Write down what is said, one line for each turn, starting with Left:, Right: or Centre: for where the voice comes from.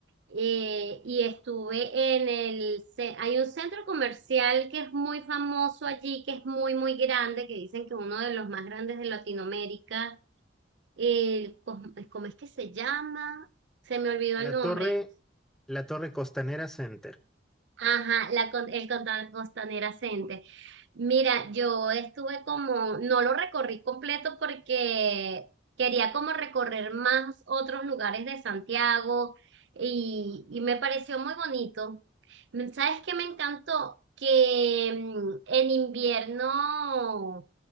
Right: Eh, y estuve en el... ce- Hay un centro comercial que es muy famoso allí, que es muy, muy grande, que dicen que uno de los más grandes de Latinoamérica el, ¿cómo pues, cómo es que se llama? Se me olvidó
Centre: La
Right: el nombre.
Centre: torre, la torre Costanera Center.
Right: Ajá, la, con- el Condado Costanera Center. Mira, yo estuve como, no lo recorrí completo porque quería como recorrer más otros lugares de Santiago y, y me pareció muy bonito. ¿Sabes qué me encantó? Que mm, en invierno